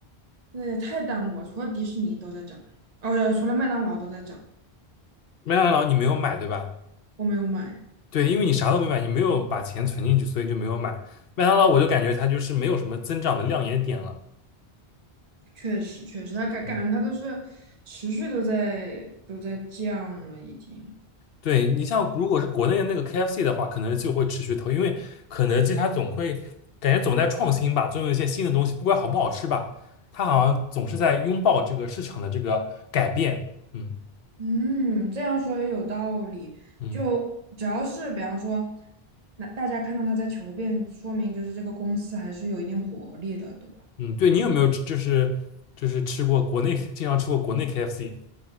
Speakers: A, on the right (about 40°); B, on the left (about 65°).
A: 对，太淡我除了迪士尼都在涨，哦，对除了麦当劳都在涨，
B: 麦当劳你没有买对吧？
A: 我没有买。
B: 对，因为你啥都没买，你没有把钱存进去，所以就没有买。麦当劳我就感觉它就是没有什么增长的亮眼点了。
A: 确实，确实，它感感觉它都是持续都在都在降了，
B: 嗯，
A: 已经。
B: 对，你像如果是国内的那个 KFC 的话，肯德基我会持续投，因为肯德基它总会感觉总在创新吧，总有一些新的东西，不管好不好吃吧，它好像总是在拥抱这个市场的这个改变。嗯
A: 嗯，这样说也有道理。
B: 嗯
A: 就只要是比方说，那大家看到它在求变，说明就是这个公司还是有一定活力的，对吧？
B: 嗯，对你有没有吃就是就是吃过国内经常吃过国内 KFC？